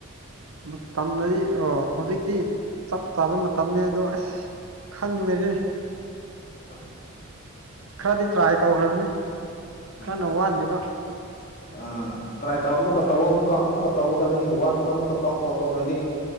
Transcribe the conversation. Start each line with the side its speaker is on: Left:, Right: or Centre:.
Right: ꯃꯇꯝꯗꯗꯤ ꯍꯧꯖꯤꯛꯇꯤ ꯆꯞ ꯆꯥꯕ ꯇꯝꯅꯦ ꯑꯗꯣ ꯑꯁ ꯈꯪꯗꯔꯦꯗꯥ
Left: <unintelligible>
Right: ꯈꯔꯗꯤ ꯇ꯭ꯔꯥꯏ ꯇꯧꯈ꯭ꯔꯕꯅꯤ ꯈꯔꯅ
Left: ꯑꯥ
Right: ꯋꯥꯠꯂꯤꯕ
Left: ꯑꯥ ꯇꯔꯥꯏ ꯇꯧ ꯑꯃꯨꯛꯀ ꯇꯧ ꯑꯃꯨꯛꯀ ꯑꯃꯨꯛꯀ ꯇꯧꯒꯗꯕꯅꯤ ꯋꯥꯠꯄꯗꯣ ꯑꯃꯨꯛꯀ ꯇꯧ ꯇꯧ ꯇꯧꯔꯗꯤ